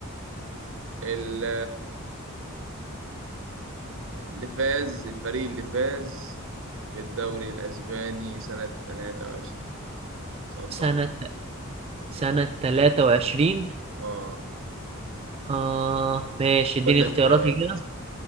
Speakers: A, on the right (about 65°); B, on the right (about 30°).
A: ال- اللي فاز الفريق اللي فاز بالدوري الاسباني سنة 23 سؤال
B: سنة
A: صعب
B: سنة 23
A: اه
B: آه ماشي
A: خد
B: اديني
A: لك
B: اختياراتي
A: اجابات
B: كده